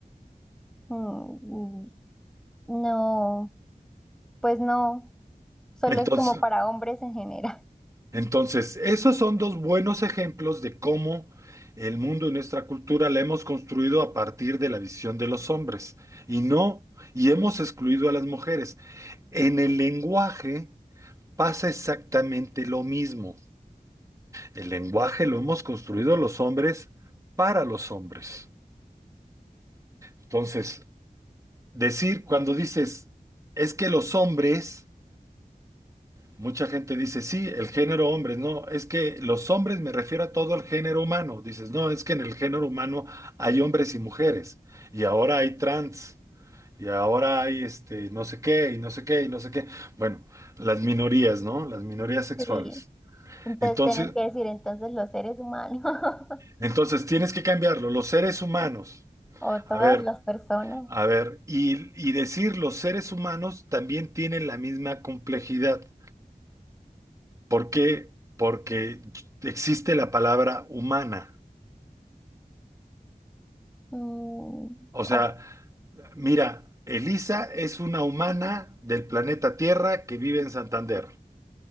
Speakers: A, in the centre; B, on the right (about 20°).
A: Mm, No, pues no, solo
B: Entonces,
A: es como para hombres en general. <laughs>
B: Entonces, esos son dos buenos ejemplos de cómo el mundo y nuestra cultura la hemos construido a partir de la visión de los hombres y no, y hemos excluido a las mujeres. En el lenguaje pasa exactamente lo mismo. El lenguaje lo hemos construido los hombres para los hombres. Entonces, decir cuando dices, es que los hombres Mucha gente dice, sí, el género hombres, no, es que los hombres me refiero a todo el género humano. Dices, no, es que en el género humano hay hombres y mujeres, y ahora hay trans, y ahora hay este, no sé qué, y no sé qué, y no sé qué. Bueno, las minorías, ¿no? Las minorías sexuales.
A: Sí. Entonces
B: Entonces,
A: tienes que decir entonces los seres humanos. <laughs>
B: entonces tienes que cambiarlo, los seres humanos.
A: O
B: A
A: todas
B: ver,
A: las personas.
B: a ver, y, y decir los seres humanos también tienen la misma complejidad. ¿Por qué? Porque existe la palabra humana.
A: Mm,
B: O
A: ok,
B: sea, mira, Elisa es una humana del planeta Tierra que vive en Santander.